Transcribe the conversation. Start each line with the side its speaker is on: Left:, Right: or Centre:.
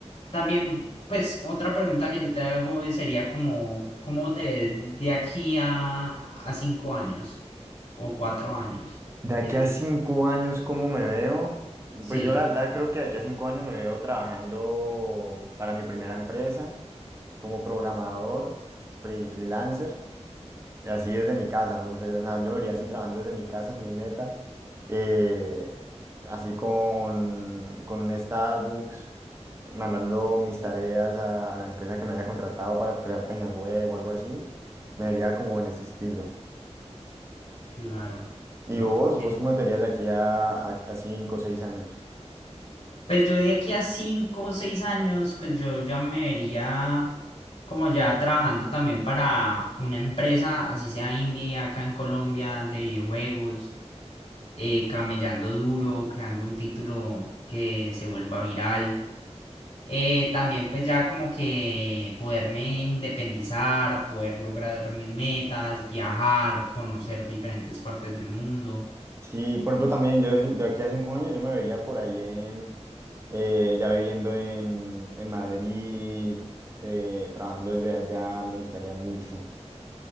Left: también, pues otra pregunta que yo te hago es- sería como, ¿cómo te ves de aquí a, a cinco años o cuatro años?
Right: De aquí
Left: En,
Right: a cinco años, ¿cómo me veo?
Left: sí,
Right: Pues yo la verdad creo que de aquí a cinco años me veo trabajando para mi primera empresa como programador, free- freelancer. Así desde mi casa, me gustaría, o sea, yo me vería así trabajando desde mi casa, es mi meta. eh, así con, con un Starbucks, mandando mis tareas a, la empresa que me haya contratado para crear páginas web o algo así. Me vería como en ese estilo.
Left: claro.
Right: ¿Y
Left: No,
Right: vos?
Left: ok.
Right: ¿Vos cómo te verías de aquí a, a, a cinco o seis años?
Left: Pues yo de aquí a cinco o seis años, pues yo ya me vería como ya trabajando también para una empresa, así sea indie acá en Colombia, de videojuegos, eh, camellando duro, creando un título que se vuelva viral. Eh, también pues ya como que poderme independizar, poder lograr mis metas, viajar, conocer diferentes partes del mundo.
Right: Sí, por ejemplo, también yo de, cin- de aquí a cinco años yo me vería por ahí en, eh, ya viviendo en, en Madrid, eh, trabajando desde allá, me gustaría mucho.